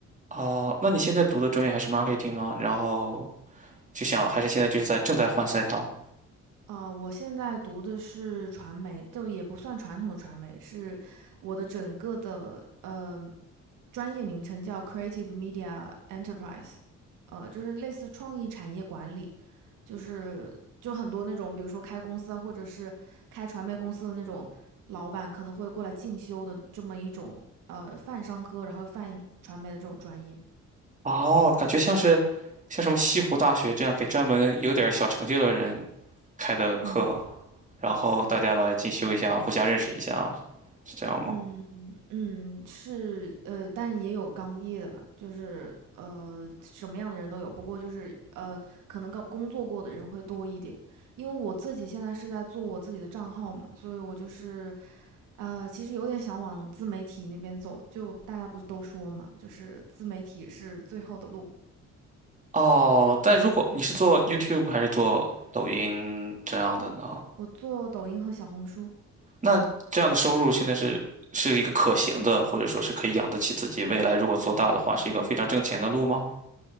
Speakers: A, on the right (about 25°); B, on the right (about 85°).
A: 哦，那你现在读的专业还是 marketing 吗？然后就想还是现在就是在正在换赛道。
B: 呃，我现在读的是传媒，就也不算传统的传媒，是我的整个的呃专业名称叫 Creative Media Enterprise，呃，就是类似创意产业管理。就是就很多那种，比如说开公司啊，或者是开传媒公司的那种老板，可能会过来进修的这么一种呃泛商科，然后又泛传媒的这种专业。
A: 哦，感觉像是像什么西湖大学这样给专门有点儿小成就的人开的课。
B: 嗯
A: 然后大家来进修一下，互相认识一下，是这样吗？
B: 嗯嗯，是呃，但也有刚毕业的了，就是呃什么样的人都有，不过就是呃可能刚工作过的人会多一点，因为我自己现在是在做我自己的账号嘛，所以我就是。呃，其实有点想往自媒体那边走，就大家不是都说嘛，就是自媒体是最后的路。
A: 哦，但如果你是做 YouTube 还是做抖音这样的呢？
B: 我做抖音和小红书，
A: 那这样的收入现在是是一个可行的，或者说是可以养得起自己，未来如果做大的话，是一个非常挣钱的路吗？